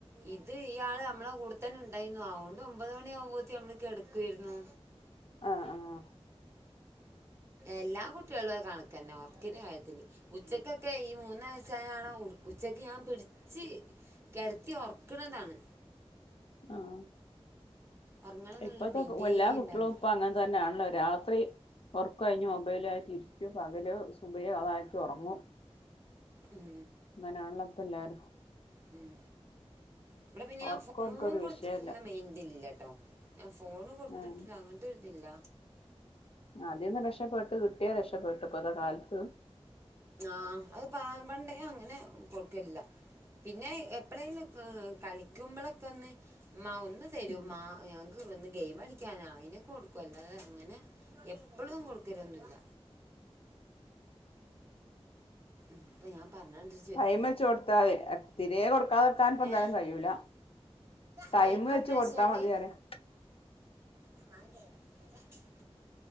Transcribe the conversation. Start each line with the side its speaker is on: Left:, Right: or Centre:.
Right: ഇത് ഇയാള് നമ്മളെ കൂടെത്തന്നെണ്ടായിരുന്നു അതോണ്ട് ഒമ്പത് മണി ആകുമ്പോത്തിന് നമ്മള് കെടക്കുവേരുന്നു
Left: ആഹ് ആഹ്
Right: എല്ലാ കുട്ട ട്ട്യാളും കണക്കെന്നെ ഉറക്കിന്റെ കാര്യത്തില് ഉച്ചക്കൊക്കെ ഈ മൂന്ന് വയസ് സായ ആളെ ഉച്ചക്ക് ഞാൻ പിടിച്ച് കെടത്തി ഉറക്ക്‌ണതാണ്
Left: ആഹ്
Right: ഉറങ്ങണം എന്നുള്ളൊരു
Left: ഇപ്പത്തെ
Right: മൈൻഡേ
Left: എല്ലാ കുട്ട്യാളും
Right: ഉണ്ടാവില്ല
Left: ഇപ്പൊ അങ്ങനെ തന്നെയാണല്ലോ രാത് ത്രി ഉർക്കൊഴിഞ്ഞ് മൊബൈല് ആയിട്ട് ഇരിക്കും പകല് സുബൈഹ് അവായിട്ട് ഉറങ്ങും
Right: ഉം
Left: അങ്ങനെയാണല്ലോ ഇപ്പ എല്ലാരും
Right: ഉം ഇവടെ പിന്നെ ഞാൻ
Left: ഉറക്കം
Right: ഫോൺ
Left: ഓൽക്കൊരു
Right: കൊടുത്തിട്ടിള്ള
Left: വിഷയല്ല
Right: മെയിൻ ഇതില്ല ട്ടോ ഞാൻ ഫോൺ കൊടുത്തിട്ടിള്ള
Left: ഉം
Right: അങ്ങനത്തെ ഒരിതില്ല
Left: അതീന്ന് രക്ഷപ്പെട്ട് കിട്ടിയാ രക്ഷപ്പെട്ട് ഇപ്പത്തെ കാലത്ത്
Right: ആഹ് അത് പ പണ്ടേ അങ്ങനെ കൊടുക്കലില്ല പിന്നെ എപ്പളേലും കളിക്കുമ്പോളൊക്കെ ഒന്ന് ഇമ്മാ ഒന്ന് തരൊ
Left: ഉം
Right: ഇമ്മ ഞങ്ങൾക്ക് ഒന്ന് ഗെയിം കളിക്കാനാ അയിനോക്കെ കൊടുക്കും അല്ലാതെ അങ്ങനെ എപ്പളും കൊടുക്കലൊന്നുല്ല ഇപ്പൊ ഞാൻ പറഞ്ഞണ്ട്
Left: ടൈമെച്ച് കൊടുത്താതി തീരെ കൊടുക്കാതെക്കാൻ ഇപ്പൊ എന്തായാലും
Right: ഏ
Left: കഴിയൂല ടൈം
Right: ആ ഇപ്പം
Left: വെച്ച്
Right: എന്താ
Left: കൊടുത്താ
Right: വെച്ചാൽ
Left: മതി പറയാ
Right: <unintelligible>